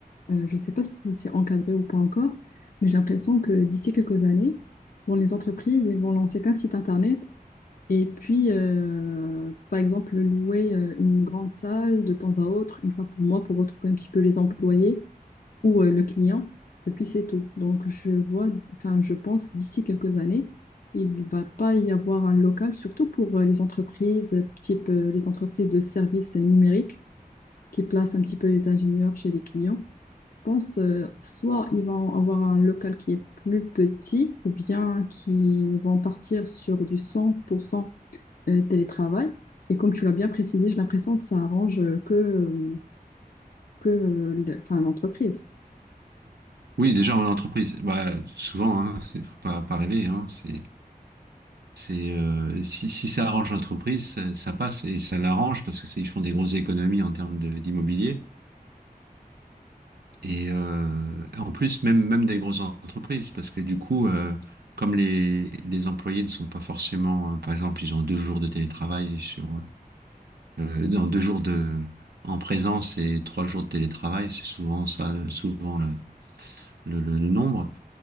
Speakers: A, on the left (about 65°); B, on the right (about 85°).
A: Euh, je ne sais pas si c'est encadré ou pas encore, mais j'ai l'impression que d'ici quelques années, bon, les entreprises, ils vont lancer qu'un site internet et puis, euh, par exemple, louer euh, une grande salle de temps à autre, une fois pour moi, pour retrouver un petit peu les employés ou euh, le client, et puis c'est tout. Donc, je vois, enfin, je pense d'ici quelques années, il ne va pas y avoir un local, surtout pour euh, les entreprises, euh, type euh, les entreprises de services euh, numériques qui placent un petit peu les ingénieurs chez les clients pense euh, soit ils vont avoir un local qui est plus petit ou bien qui vont partir sur du 100% euh, télétravail. Et comme tu l'as bien précisé, j'ai l'impression que ça arrange euh, que, euh, que euh, le- enfin, l'entreprise.
B: Oui, déjà en entreprise, bah, souvent, hein, <laughs> c'est- faut pas, pas rêver, hein, c'est c'est euh, si, si ça arrange l'entreprise, ça, ça passe et ça l'arrange parce que c'est- ils font des grosses économies en termes de- d'immobilier. Et euh, en plus, même, même des grosses entreprises, parce que du coup, euh, comme les, les employés ne sont pas forcément, euh, par exemple, ils ont deux jours de télétravail sur, euh, euh, non, deux jours de, en présence et trois jours de télétravail, c'est souvent ça, le- souvent le, le, le- le nombre.